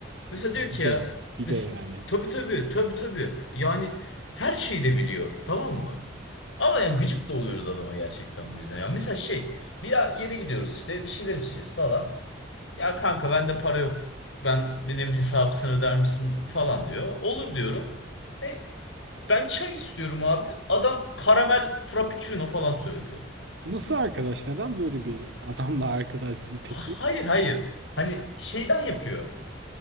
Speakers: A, on the left; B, on the right.
A: Mesela
B: Ha,
A: diyor ki
B: bir de
A: ya
B: bir
A: mes-
B: de yani.
A: tabii tabii tabii tabii yani her şeyi de biliyor tamam mı? Ama yani gıcık da oluyoruz adama gerçekten bu yüzden. Yani mesela şey bir yere gidiyoruz işte bir şeyler içeceğiz falan. Ya kanka bende para yok ben benim hesabı sen öder misin falan diyor. Olur diyorum. E, ben çay istiyorum abi. Adam karamel frappuccino falan söylüyor.
B: Bu nasıl arkadaş? Neden böyle bir adamla arkadaşsın
A: Ha-
B: peki?
A: Hayır hayır. Hani şeyden yapıyor.